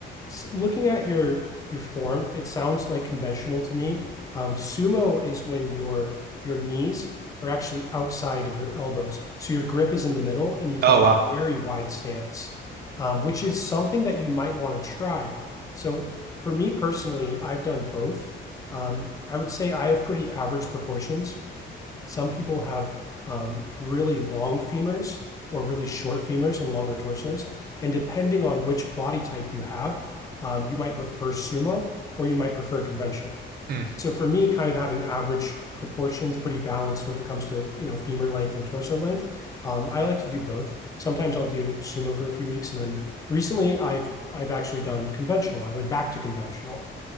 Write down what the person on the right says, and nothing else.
Oh wow.
Mm.